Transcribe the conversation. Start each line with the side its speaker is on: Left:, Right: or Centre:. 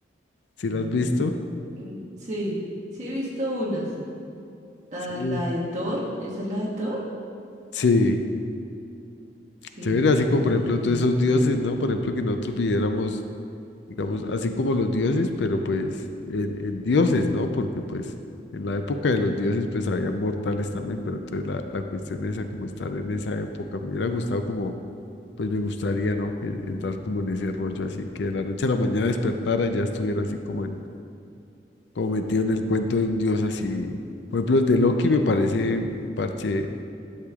Left: ¿Sí
Right: Mm,
Left: la has visto?
Right: mm, sí, sí he visto unas. La,
Left: Sí.
Right: la de Thor, ¿esa es la de Thor?
Left: Sí,
Right: Sí,
Left: chévere, así
Right: y
Left: como
Right: la
Left: por
Right: de...
Left: ejemplo todos esos dioses, ¿no? Por ejemplo, que nosotros pudiéramos digamos, así como los dioses, pero pues en, en dioses, ¿no? Porque pues en la época de los dioses pues había mortales también, pero entonces la, la cuestión esa como estar en esa época, me hubiera gustado como, pues me gustaría, ¿no? Que entrar como en ese rollo así, que de la noche a la mañana despertara y ya estuviera así como en, como metido en el cuento de un dios así. Por ejemplo, el de Loki me parece un parche